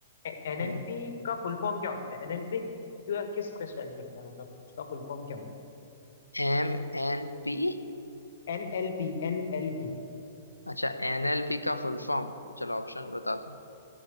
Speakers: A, on the left; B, on the left.
A: एनएलपी
B: हम्म
A: का फुल फॉर्म क्या होता है एनएलपी किस पे स्टैंड करता है मतलब उसका फुल फॉर्म क्या होता
B: M N P
A: है NLP NLP
B: अच्छा एनएलपी का फुल फॉर्म चलो ऑप्शन बता दो